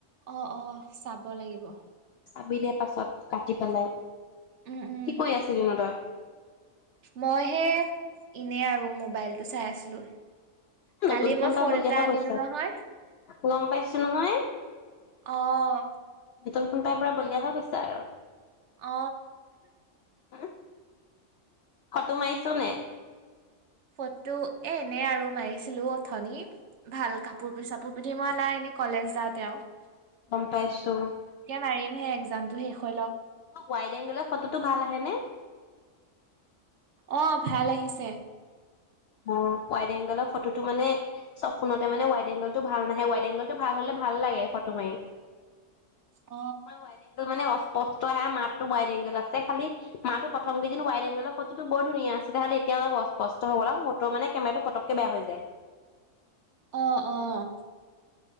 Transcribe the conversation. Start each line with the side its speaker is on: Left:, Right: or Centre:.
Right: অ অ চাব লাগিব?
Left: চাবি দে পাছত কাটি পনোই?
Right: উম, উম,
Left: কি কৰি আছিলি ‌ন‌ তই।
Right: মই হে এনে আৰু মোবাইলটো চাই আছিলো?
Left: নতুন
Right: কালি
Left: ফোন
Right: মই
Left: এটা বলিয়হে
Right: আনিলো
Left: গৈছে?
Right: নহয়।
Left: গম পাইছো নহয়।
Right: আহ।
Left: নতুন ফোন পাই পৰা বলিয়ীয়া হৈ গৈছে আৰু।
Right: অ।
Left: হম, ফটো মাৰিছো নে।
Right: ফটো এ এনে আৰু মাৰিছিলো উথনি। ভাল
Left: অ',
Right: কাপোৰ পিচাপোৰ। মই নাই এনেই কলেজ যাওঁতে দিয়ক?
Left: গম পাইছো?
Right: মাৰিম সেই এক্জাম টো শেষ হৈ লওক।
Left: অ ৱাইড এংগলৰ ফটোটো ভাল আহেনে।
Right: অ ভাল আহিছে?
Left: অ ৱাইড এংগলৰ ফটোতটো মানে চব ফোনতে মানে ৱাইড এংগল টো ভাল নাহে ৱাইড এংগল। টো ভাল হলে ভাল লাগে ফটো মাৰি।
Right: অ',
Left: কিছুমান ৱাইড এংগল মানে অস্পষ্টহে মাত। ৱাইড এংগল আছে খালি মাতটো প্ৰথম কেইদিন ৱাইড এংগলৰ ফটো বৰ ধুনীয়া আছিল? খ স্পষ্ট নল। ফ মানে কেমেৰাটো পতককে বেয়া হৈ যায়।
Right: আহ আহ।